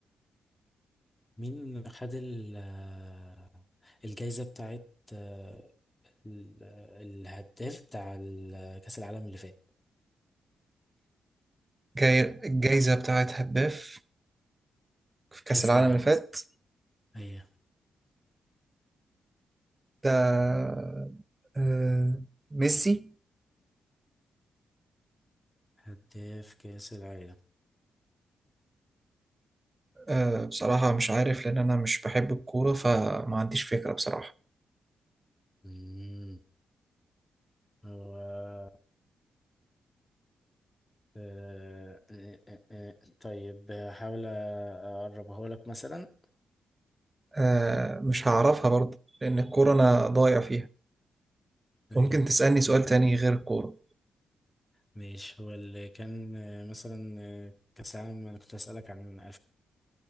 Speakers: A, on the left (about 20°); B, on the right (about 20°).
A: مين خد ال- آه، الجايزة بتاعت أه، ال- آه، الهداف بتاع ال- آه، كأس العالم اللي فات
B: جاي الجايزة بتاعت هداف في كأس
A: كأس
B: العالم
A: العالم
B: اللي فات
A: أيوة
B: ده آه ميسي
A: هداف كأس العالم
B: آه بصراحة مش عارف لأن أنا مش بحب الكورة فما عنديش فكرة بصراحة
A: مم. و... آه، آه، آه، آه. طيب هحاول أقربه لك مثلا
B: فمش هعرفها برضه لأن الكورة أنا ضايع فيها
A: أيوة
B: ممكن تسألني سؤال تاني غير الكورة
A: ماشي هو اللي كان آه، مثلا آه، كأس العالم أنا كنت أسألك عن